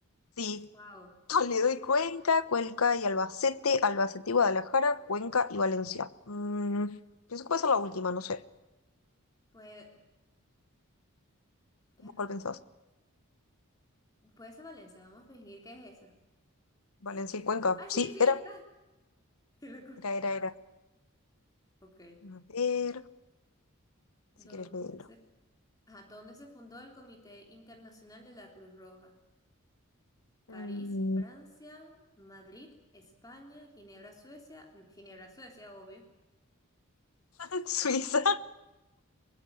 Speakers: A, on the left (about 85°); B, on the left (about 15°).
A: Sí,
B: Wow.
A: Toledo y Cuenca, Cuenca y Albacete, Albacete y Guadalajara, Cuenca y Valencia. Mm, pienso que va a ser la última, no sé.
B: Pues, bueno,
A: ¿Vos ¿Cuál pensás?
B: <laughs> puede ser Valencia, vamos a fingir que es esa.
A: Valencia y Cuenca.
B: Ah,
A: Sí,
B: sí, sí,
A: era,
B: está. <laughs> Qué loco.
A: era, era, era.
B: Ok.
A: A ver,
B: ¿Dónde
A: si quieres leerlo.
B: se, ajá, ¿dónde se fundó el Comité Internacional de la Cruz Roja?
A: Mm,
B: París, Francia, Madrid, España, Ginebra, Suecia, Ginebra, Suecia, obvio.
A: <laughs> Suiza.